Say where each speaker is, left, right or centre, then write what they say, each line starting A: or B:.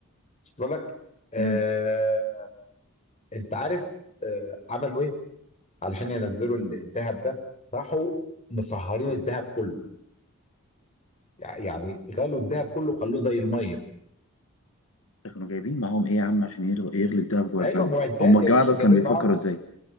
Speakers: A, on the left; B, on the left.
A: وصل لك آه
B: امم
A: انت عارف آه عملوا ايه علشان ينزلوا ال- الذهب ده راحوا مصهرين الذهب كله يع- يعني غلوا الذهب كله خلوه زي الميه
B: ده كانوا جايبين معاهم ايه يا عم عشان يغلوا يغلوا الدهب جوه
A: ايوه
B: البنك
A: معدات
B: هم الجماعه
A: يا باشا
B: دول
A: جايبين
B: كانوا بيفكروا
A: معاهم
B: ازاي